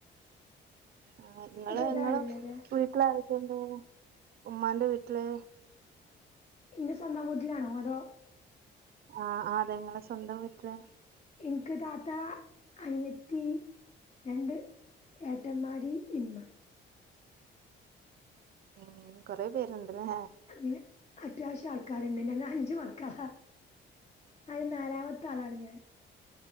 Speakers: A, on the right; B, on the left.
A: ആഹ് ങ്ങള്
B: ഇതായില്ലല്ലേ
A: ങ്ങളെ വീട്ടില് ആരൊക്കെയിണ്ട് ഉമ്മാന്റെ വീട്ടില്
B: ഇന്റെ സ്വന്തം വീട്ടിലാണോ അതോ
A: ആഹ് ആതെ ങ്ങളെ സ്വന്തം വീട്ടില്
B: ഇനിക്ക് താത്ത അനിയത്തി രണ്ട് ഏട്ടന്മാര് ഇമ്മ
A: ഉം കൊറെ പേര്ണ്ട്ല്ലേ
B: അങ്ങനെ അത്യാവശ്യം ആൾക്കാരുണ്ട് ഞങ്ങള് അഞ്ചു മക്കള അന് നാലാമത്തെ ത്താളാണ് ഞാൻ